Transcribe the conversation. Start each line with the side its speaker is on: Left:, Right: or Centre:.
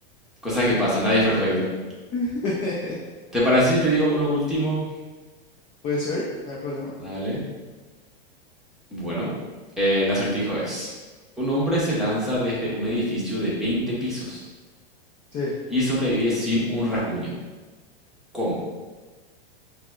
Centre: cosas que pasan. Nadie es perfecto.
Left: <laughs>
Centre: ¿Te parece si te digo uno último?
Left: ¿Puede ser? No hay problema.
Centre: Vale. Bueno, eh, el acertijo es, un hombre se lanza desde un edificio de 20 pisos
Left: Sí.
Centre: y sobrevive sin un rasguño. ¿Cómo?